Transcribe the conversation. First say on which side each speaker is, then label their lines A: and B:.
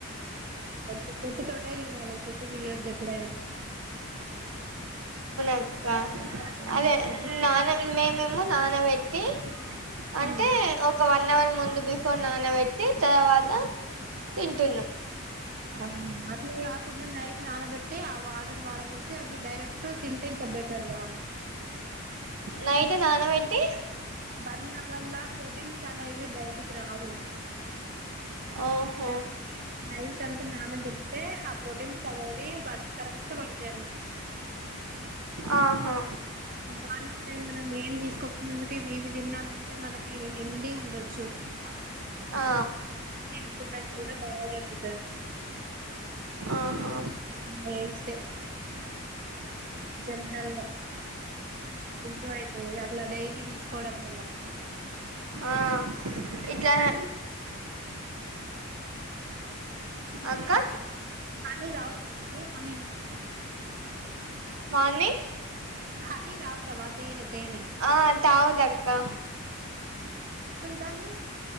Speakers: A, on the right; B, on the right.
A: కొంచెం పొట్టు తొట్టే తినాలి పోట్టు తీయొద్దు ఎప్పుడైనా
B: అక్కా
A: హ్మ్.
B: అదే
A: పొట్టు
B: నాన్న మేమేం నా నబెట్టి
A: హ్మ్.
B: అంటే ఒక వన్ అవర్ ముందు రడు బిఫోర్ నానబెట్టి తర్వాత తింటున్నాం
A: మ్మ్ అట్లా కుండా నైట్ నానబెట్టి ఆ వాటర్ పారబోసి అ డైరెక్ట్ తింటే ఇంకా బెటర్ రా
B: నైట్ నానబెట్టి
A: వన్ హవర్ లా ప్రోటీన్స్ అనేవి బయటికి రా అవును
B: ఓహో
A: కన్ నైట్ అంతా నాన పెడితే ఆ ప్రోటీన్స్ అవేవి వాటికి కరెక్ట్ పడుతాయన్నట్టు.
B: ఆహా
A: మ మార్నింగ్ టైం మనం ఏం తీసుకోక ముందుకే విది విన్నా మంటే మన ఫీలింగ్ హెల్తీ ఉండొచ్చు. <unintelligible>
B: ఆ
A: కూడా బా జరుగుతది
B: ఆహా
A: ఉమ్ ఏస్ <inaudible> జనరల్ గా <inaudible> అట్లా డైలీ తీసుకోవడం వల్ల
B: ఆ ఇట్లా
A: కానీ
B: అక్క
A: కానీ రావు <inaudible>
B: మార్నింగ్
A: హనీ తాగుతవా తేనె తేనె
B: ఆ తాగుదక్క
A: దాన్ని